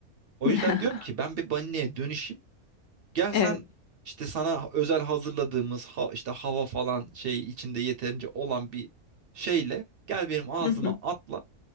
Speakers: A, on the right; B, on the left.
A: o
B: <laughs>
A: yüzden diyorum ki ben bir balinaya dönüşeyim gel
B: Evet.
A: sen işte sana özel hazırladığımız ha, işte hava falan şey içinde yeterince olan bir şeyle gel benim ağzıma
B: Hı hı.
A: atla